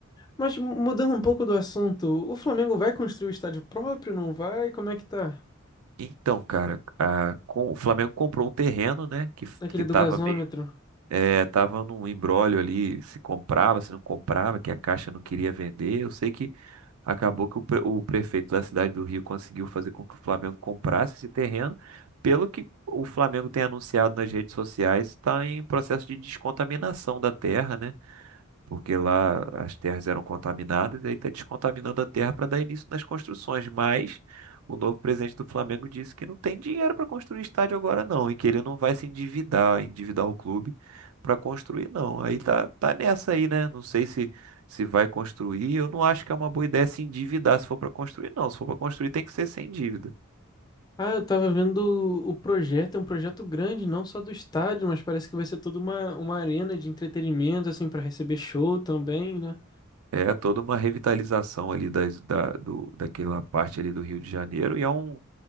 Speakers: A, on the left; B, on the right.
A: Mas mu- mudando um pouco do assunto, o Flamengo vai construir o estádio próprio, não vai? Como é que tá?
B: Então, cara, a- com- o Flamengo comprou um terreno, né? Que, f-
A: Aquele
B: que
A: do
B: tava
A: gasômetro.
B: É, tava num imbróglio ali, se comprava, se não comprava, que a Caixa não queria vender. Eu sei que acabou que o, pre- o prefeito da cidade do Rio conseguiu fazer com que o Flamengo comprasse esse terreno, pelo que o Flamengo tem anunciado nas redes sociais, está em processo de descontaminação da terra, né? porque lá as terras eram contaminadas, e aí está descontaminando a terra para dar início nas construções. Mas o novo presidente do Flamengo disse que não tem dinheiro para construir estádio agora, não, e que ele não vai se endividar, endividar o clube para construir, não. Aí tá, tá nessa aí, né? Não sei se, se vai construir. Eu não acho que é uma boa ideia se endividar se for para construir, não. Se for para construir, tem que ser sem dívida.
A: Ah, eu tava vendo o projeto, é um projeto grande, não só do estádio, mas parece que vai ser toda uma, uma arena de entretenimento, assim, pra receber show também, né?
B: É toda uma revitalização ali das, da, do, daquela parte ali do Rio de Janeiro e é um,